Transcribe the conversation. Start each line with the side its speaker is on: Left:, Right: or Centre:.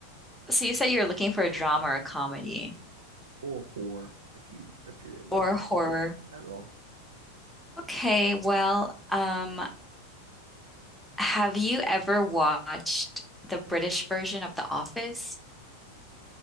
Centre: so you said you're looking for a drama or a comedy
Right: or horror if you if you're into
Centre: or
Right: that
Centre: horror.
Right: at all.
Centre: Okay, well, um, have you ever watched the British version of The Office?